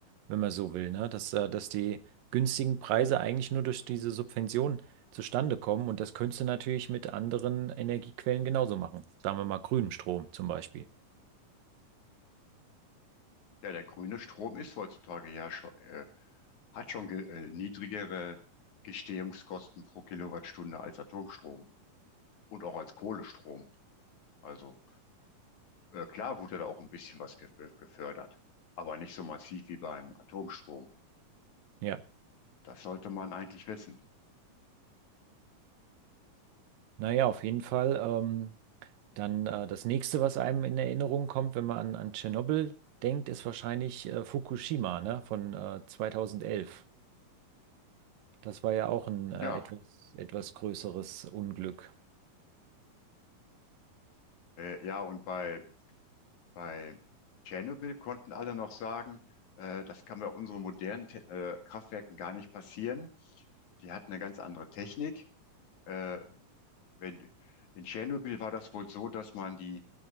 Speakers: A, on the right (about 80°); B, on the left (about 60°).
A: wenn man so will, ne? Dass, äh, dass die günstigen Preise eigentlich nur durch diese Subvention zustande kommen und das könntest du natürlich mit anderen Energiequellen genauso machen. Sagen wir mal grünem Strom zum Beispiel.
B: Ja, der grüne Strom ist heutzutage ja schon, äh, hat schon ge äh, niedrigere Gestehungskosten pro Kilowattstunde als Atomstrom und auch als Kohlestrom. Also äh, klar wurde da auch ein bisschen was ge äh, gefördert, aber nicht so massiv wie beim Atomstrom.
A: Ja.
B: Das sollte man eigentlich wissen.
A: Naja, auf jeden Fall. Ähm, dann äh, das nächste, was einem in Erinnerung kommt, wenn man an, an Tschernobyl denkt, ist wahrscheinlich äh, Fukushima, ne? Von äh, 2011. Das war ja auch ein
B: Ja,
A: äh, etwas, etwas größeres Unglück.
B: äh, ja, und bei, bei Tschernobyl konnten alle noch sagen, äh, das kann bei unseren modernen Te äh, Kraftwerken gar nicht passieren. Die hatten eine ganz andere Technik. Äh, wenn, in Tschernobyl war das wohl so, dass man die,